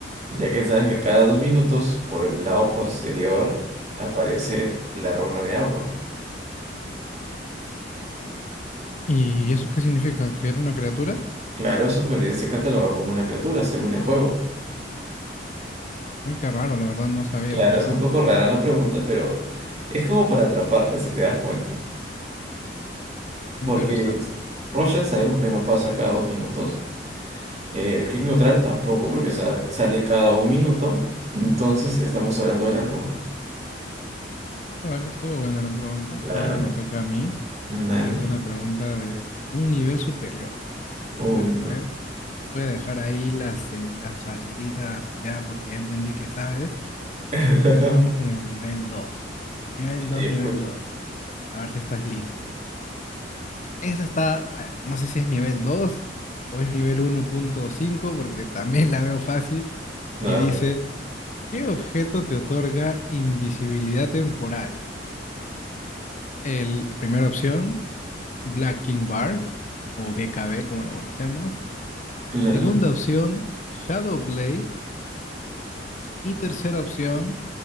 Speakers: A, on the right; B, on the left.
A: ya que sabes que cada dos minutos por el lado posterior aparece la runa de agua.
B: ¿Y eso qué significa? ¿Que era una criatura?
A: Claro, eso podría ser catalogado como una criatura, según el juego.
B: Muy qué raro, la verdad no sabía,
A: Claro,
B: pero
A: es un poco rara la pregunta, pero es como para atraparte, si te das cuenta.
B: qué
A: Porque
B: interesante.
A: es- Roshan sabemos que no pasa cada dos minutos, Eh, el clic neutral tampoco, porque sa- sale cada un minuto. Entonces estamos hablando de las runas.
B: Vale, vale, estuvo buena la pregunta.
A: Claro.
B: Ahora me toca a mí
A: Dale.
B: hacerte una pregunta de un nivel superior. Vamos a subirle
A: Uy,
B: el nivel.
A: no.
B: Voy a dejar ahí las, eh, las facilitas ya porque ya entendí que sabes.
A: <laughs>
B: Así que vamos con el nivel 2. Nivel
A: Dale,
B: 2,
A: yo escucho.
B: nivel 2. A ver si estás listo. Esa está, bueno, no sé si es nivel 2 o es nivel uno punto cinco porque también la veo fácil.
A: No,
B: Y
A: a
B: dice,
A: ver.
B: ¿qué objeto te otorga invisibilidad temporal? El, la primera opción, Black King Bar o BKB como lo conocemos.
A: Claro.
B: Segunda opción, Shadow Blade. Y tercera opción,